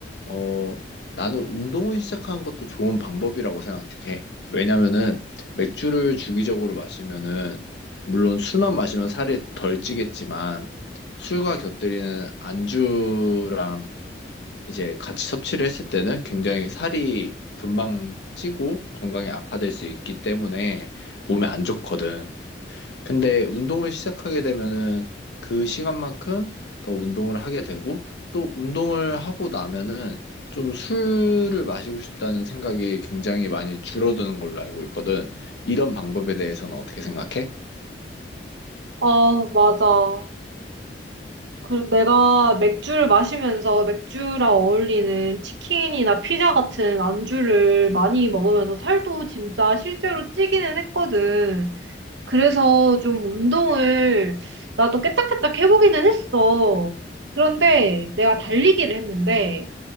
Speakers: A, on the left; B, on the right.
A: 어, 나는 운동을 시작하는 것도 좋은 방법이라고 생각해. 왜냐면은, 맥주를 주기적으로 마시면은, 물론 술만 마시면 살이 덜 찌겠지만, 술과 곁들이는 안주랑 이제 같이 섭취를 했을 때는 굉장히 살이 금방 찌고 건강에 악화될 수 있기 때문에 몸에 안 좋거든. 근데 운동을 시작하게 되면은 그 시간만큼 더 운동을 하게 되고 또 운동을 하고 나면은 좀 술을 마시고 싶다는 생각이 굉장히 많이 줄어드는 걸로 알고 있거든. 이런 방법에 대해서는 어떻게 생각해?
B: 어, 맞아. 그 내가 맥주를 마시면서 맥주랑 어울리는 치킨이나 피자 같은 안주를 많이 먹으면서 살도 진짜 실제로 찌기는 했거든. 그래서 좀 운동을 나도 깨짝깨짝 해보기는 했어. 그런데 내가 달리기를 했는데